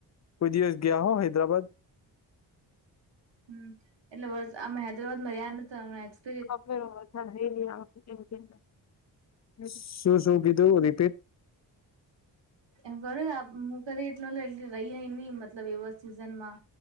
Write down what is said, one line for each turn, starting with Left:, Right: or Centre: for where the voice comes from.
Left: કોય દિવસ ગયા સો હૈદરાબાદ.
Right: હમ એટલે વર્સ અમે હૈદરાબાદ માં રહ્યા નતા <unintelligible>
Left: <unintelligible> શું શું કીધું રિપીટ.
Right: એમ કર્યું હું કને એટલો લઈજવ અયા આઈન ની મતલબ એવોર્ડ સિઝન માં.